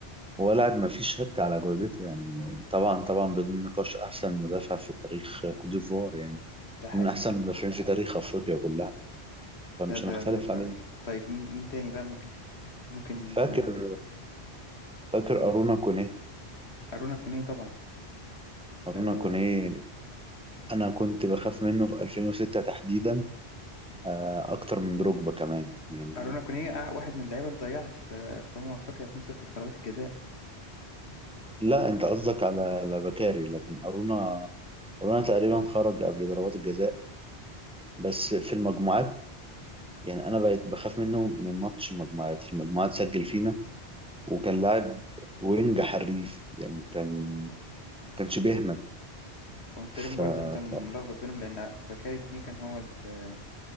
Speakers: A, in the centre; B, on the left.
A: هو لاعب ما فيش شك على جودته يعني طبعا طبعا بدون نقاش أحسن مدافع في تاريخ كوت ديفوار يعني
B: ده حقيقي
A: من أحسن المدافعين في تاريخ أفريقيا كلها فمش
B: ده ده,
A: هنختلف
B: ده,
A: عليه
B: ده. طيب مين مين تاني بقى ممكن ممكن
A: فاكر
B: آه،
A: فاكر أرونا كونيه
B: أرونا كونيه طبعا
A: أرونا
B: آه،
A: كونيه أنا كنت بخاف منه في 2006 تحديدا آه، أكتر من دروجبا كمان يعني
B: أرونا كونيه آه، واحد من اللعيبة اللي ضيعت في في أمم أفريقيا 2006 في ضربات الجزاء
A: لا أنت قصدك على على بكاري لكن أرونا أرونا تقريبا خرج قبل ضربات الجزاء بس في المجموعات يعني انا بقيت بخاف منه من ماتش المجموعات في المجموعات سجل فينا وكان لاعب وينج حريف يعني كان كانش بيهمل
B: وانت تقريبا
A: ف...
B: برضو انت ملخبط
A: ف...
B: بينهم لان بكاري كوني كان هو ال-